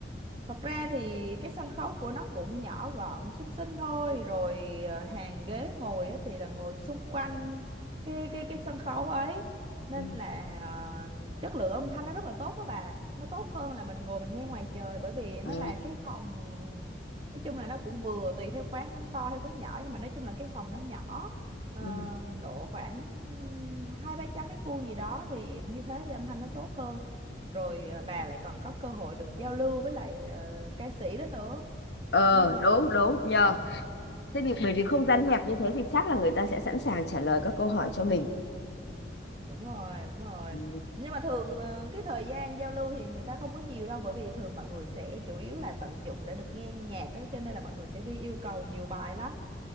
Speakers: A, on the right; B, on the left.
A: Thật ra thì cái sân khấu của nó cũng nhỏ gọn xinh xinh thôi rồi ờ, hàng ghế ngồi á thì là ngồi xung quanh cái cái cái sân khấu ấy nên
B: ừ.
A: là ờ, chất lượng âm thanh nó rất là tốt đó bà nó tốt hơn là mình ngồi mình nghe ngoài trời bởi vì nó
B: ờ
A: là cái phòng nói chung là nó cũng vừa tùy theo quán quán to hay quán nhỏ nhưng mà nói chung là cái phòng nó nhỏ ờ,
B: ừ.
A: độ khoảng hai ba trăm mét vuông gì đó thì như thế thì âm thanh nó tốt hơn rồi à, bà lại còn có cơ hội được giao lưu với lại ờ, ca sĩ đó nữa
B: Ờ,
A: nhưng mà
B: đúng đúng nhờ
A: ừ,
B: Thế
A: ừ, ừ,
B: thì bởi vì không gian hẹp như thế thì chắc là người ta sẽ sẵn sàng trả lời các câu hỏi cho mình.
A: đúng rồi đúng rồi
B: Ừ.
A: nhưng mà thường ờ, cái thời gian giao lưu thì người ta không có nhiều đâu bởi vì thường mọi người sẽ chủ yếu là tận dụng để được nghe nhạc ấy cho nên là mọi người sẽ ghi yêu cầu nhiều bài lắm